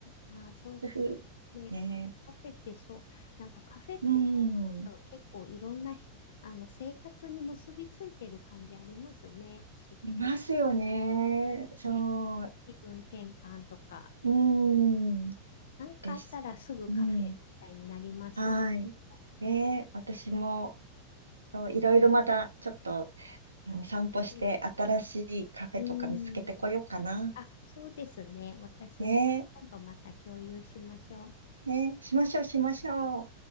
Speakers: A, on the left; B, on the right.
A: あ、そうそう。
B: ふふね
A: で、カフェってそう、なんかカフェってそう思うと結構いろんなひ、
B: え。うん。
A: あの、生活に結びついてる感じありますね。仕事っ
B: いますよね。そう。
A: て、気分転換とか。
B: うん。
A: なんかあったらすぐカフェみたいになります。
B: です。うん。はい。
A: でも
B: ねえ。私も。そう、いろいろまたちょっとあの散歩して新しいカフェとか見つけてこようかな。
A: そうです。うーん。あ、そうですね。私も今度また共有しましょう。
B: ねえ、ねえ、しましょうしましょう。
A: はい。はい